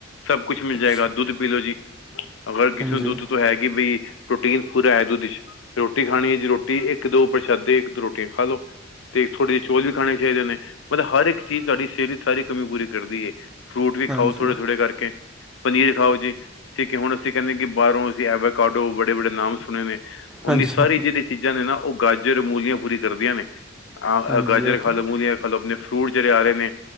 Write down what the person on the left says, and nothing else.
ਸਭ ਕੁਛ ਮਿਲ
ਜਾਏਗਾ, ਦੁੱਧ ਪੀ ਲਓ ਜੀ। ਅਗਰ ਕਿਸੇ
ਨੂੰ ਦੁੱਧ ਤੋਂ ਹੈਗੀ, ਬਈ ਪ੍ਰੋਟੀਨ ਪੂਰਾ ਹੈ ਦੁੱਧ। ਰੋਟੀ ਖਾਣੀ ਹੈ ਜੀ ਰੋਟੀ, ਇੱਕ ਦੋ ਪ੍ਰਸ਼ਾਦੇ ਇੱਕ ਦੋ ਰੋਟੀ ਖਾ ਲੋੋ। ਤੇ ਥੋੜ੍ਹੇ ਜਿਹੇ ਚੌਲ ਵੀ ਖਾਣੇ ਚਾਹੀਦੇ ਨੇ, ਮਤਲਬ ਹਰ ਇੱਕ ਚੀਜ਼ ਸਾਡੀ ਸਿਹਤ ਵਿੱਚ ਸਾਰੀ ਕਮੀ ਪੂਰੀ ਕਰਦੀ ਹੈ। ਫਰੂਟ ਵੀ ਖਾਓ,
ਥੋੜ੍ਹੇ ਥੋੜ੍ਹੇ ਕਰਕੇ। ਪਨੀਰ ਖਾਓ ਜੀ, ਠੀਕ ਹੈ ਹੁਣ ਅਸੀਂ ਕਹਿੰਦੇ ਕਿ ਬਾਹਰੋਂ ਅਸੀਂ ਐਵੇ ਕਾਡੋ, ਬੜੇ ਬੜੇ ਨਾਮ ਸੁਣੇ ਨੇ।
ਉਨੀ ਸਾਰੀ ਜਿਹੜੀ ਚੀਜ਼ਾਂ ਨੇ ਨਾ ਉਹ ਗਾਜਰ ਮੂਲੀਆਂ ਪੂਰੀ ਕਰਦੀਆਂ ਨੇ ਅ
ਗਾਜਰ
ਖਾ
ਲ ਮੂਲੀਆਂ। ਖਲੋ ਆਪਣੇ ਫਰੂਟ ਜਿਹੜੇ ਆ ਰਹੇ ਨੇ